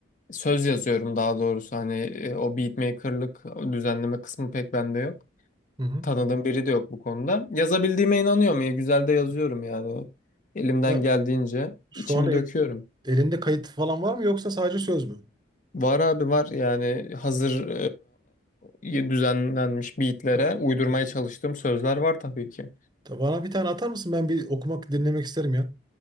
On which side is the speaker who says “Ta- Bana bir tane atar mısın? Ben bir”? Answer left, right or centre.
Right